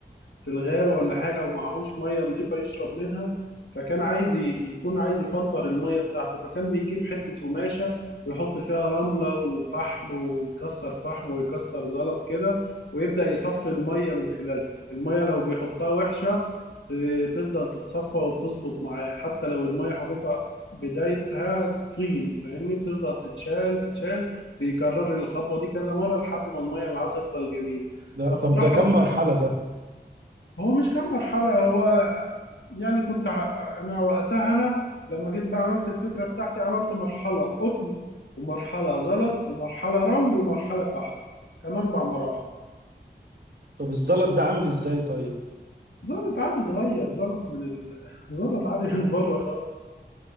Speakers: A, on the left (about 80°); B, on the right (about 60°).
A: في الغابة ولا حاجة ومعهوش مية نظيفة يشرب منها فكان عايز ي- يكون عايز يفلتر المية بتاعته فكان بيجيب حتة قماشة ويحط فيها رملة وفحم ويكسر فحم ويكسر زلط كده ويبدأ يصفي المية من خلالها المية لو بيحطها وحشة ت- تفضل تتصفى وبتظبط معاه حتى لو المية حاططها بدايتها طين فاهمني بتفضل تتشال تتشال بيكرر الخطوة دي كذا مرة لحد ما المية معاه تفضل جميل
B: ده
A: فبصراحة
B: طب ده كم مرحلة ده
A: هو مش كان مرحلة هو يعني كنت ع- أنا وقتها أنا لما جيت بقى عملت الفكرة بتاعتي عملت مرحلة قطن ومرحلة زلط ومرحلة رمل ومرحلة فحم كان أربع مراحل
B: طب الزلط ده عامل إزاي طيب
A: زلط عادي صغير زلط من ال... <laughs> زلط عادي من بره خالص